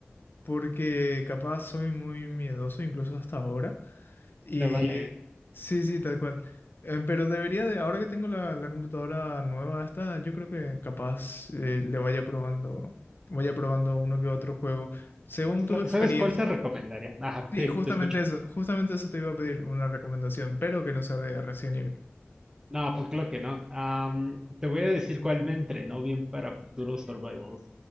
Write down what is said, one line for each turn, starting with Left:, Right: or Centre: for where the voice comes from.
Left: porque capaz soy muy miedoso, incluso hasta ahora. Y
Right: te vale.
Left: sí, sí, tal cual. Eh, pero debería de, ahora que tengo la, la computadora nueva esta, yo creo que capaz eh, le vaya probando, vaya probando uno que otro juego. Según tu
Right: Sa-
Left: experiencia,
Right: ¿Sabes cuál te recomendaría? Ajá,
Left: sí,
Right: sí,
Left: justamente
Right: te escucho.
Left: eso, justamente eso te iba a pedir, una recomendación, pero que no sea de Resident Evil.
Right: No, pues claro que no. Am, te voy a decir cuál me entrenó bien para futuros survivals.